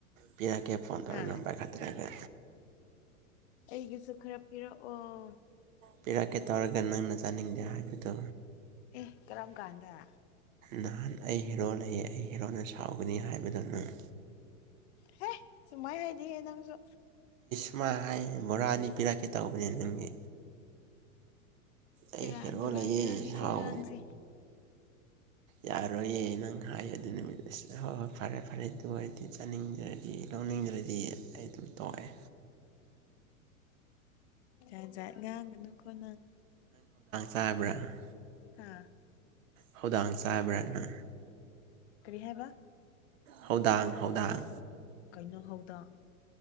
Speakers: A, on the right; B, on the left.
A: ꯄꯤꯔꯛꯀꯦ ꯐꯣꯟ ꯇꯧꯔꯦ
B: ꯍꯥ
A: ꯅꯝꯕꯔ ꯈꯛꯇꯔꯒ꯫
B: ꯑꯩꯒꯤꯁꯨ ꯈꯔ ꯄꯤꯔꯛꯑꯣ꯫
A: ꯄꯤꯔꯛꯀꯦ ꯇꯧꯔꯒ ꯅꯪꯅ ꯆꯥꯅꯤꯡꯗꯦ ꯍꯥꯏꯕꯗꯨ꯫
B: ꯑꯦ ꯀꯔꯝ ꯀꯥꯟꯗ꯫
A: ꯅꯍꯥꯟ ꯑꯩ ꯍꯤꯔꯣ ꯂꯩꯌꯦ ꯑꯩ ꯍꯤꯔꯣꯅ ꯁꯥꯎꯒꯅꯤ ꯍꯥꯏꯕꯗꯣ ꯅꯪ꯫
B: ꯍꯦ ꯁꯨꯃꯥꯏꯅ ꯍꯥꯏꯗꯤꯍꯦ ꯅꯪꯁꯨ꯫
A: ꯁꯃ ꯍꯥꯏ ꯕꯣꯔꯥ ꯑꯅꯤ ꯄꯤꯔꯛꯀꯦ ꯇꯧꯕꯅꯦ ꯅꯪꯒꯤ꯫
B: ꯁꯦꯔꯥꯟ
A: ꯑꯩ ꯍꯦꯔꯣ
B: ꯇꯨꯔꯥꯟ
A: ꯂꯩꯌꯦ
B: ꯉꯥꯡꯉꯤꯁꯤ
A: ꯁꯥꯎ
B: ꯉꯥꯡꯁꯤ
A: ꯌꯥꯔꯣꯏꯌꯦ ꯅꯪ꯫ ꯍꯥꯏ ꯑꯗꯨ ꯅꯨꯃꯤꯠ ꯑꯁꯤꯗ ꯍꯣꯏ ꯍꯣꯏ ꯐꯔꯦ ꯐꯔꯦ ꯑꯗꯨ ꯑꯣꯏ꯫ ꯆꯥꯅꯤꯡꯗ꯭ꯔꯗꯤ ꯂꯧꯅꯤꯡꯗ꯭ꯔꯗꯤ ꯑꯩ ꯑꯗꯨꯝ ꯇꯣꯛꯑꯦ꯫
B: ꯥꯖꯥꯠ ꯖꯥꯠ ꯉꯥꯡꯒꯅꯨꯀꯣ ꯅꯪ꯫
A: ꯇꯥꯕ꯭ꯔꯥ꯫
B: ꯍꯥꯥ꯫
A: ꯊꯧꯗꯥꯡ ꯆꯥꯕ꯭ꯔꯅ꯫
B: ꯀꯔꯤ ꯍꯥꯏꯕ꯫
A: ꯍꯧꯗꯥꯡ ꯍꯧꯗꯥꯡ꯫
B: ꯀꯩꯅꯩꯅꯣ ꯍꯥꯎꯗꯥꯡ꯫